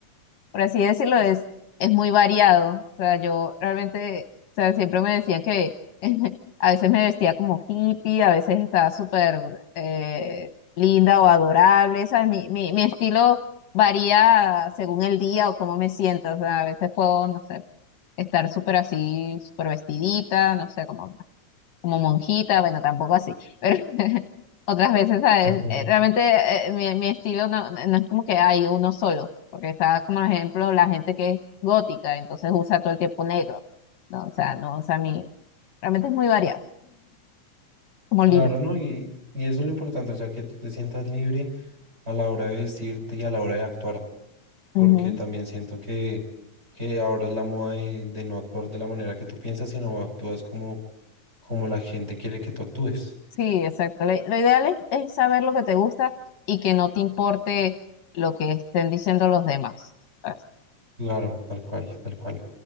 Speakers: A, on the left (about 70°); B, on the right (about 20°).
A: por así decirlo, es, es muy variado. O sea, yo realmente, o sea, siempre me decían que <laughs> a veces me vestía como hippie, a veces estaba súper eh, linda o adorable. O sea, mi, mi, mi estilo varía según el día o cómo me siento. O sea, a veces puedo, no sé, estar súper así, súper vestidita, no sé, como como monjita, bueno, tampoco así, pero <laughs> otras veces, ¿sabes?
B: Ujú.
A: Eh, Realmente eh, mi, mi estilo no, no es como que hay uno solo, porque está como por ejemplo la gente que es gótica, entonces usa todo el tiempo negro, ¿no? O sea, no, o sea, mi, realmente es muy variado, como
B: claro,
A: libre.
B: ¿no? Y, y eso es lo importante, o sea, que tú te sientas libre a la hora de vestirte y a la hora de actuar. porque
A: Ujú.
B: también siento que, que ahora es la moda de, de no actuar de la manera que tú piensas, sino actúas como, como la gente quiere que tú actúes.
A: Sí, exacto. Lo, lo ideal es, es saber lo que te gusta y que no te importe lo que estén diciendo los demás. ¿sabes?
B: Claro, tal cual, tal cual.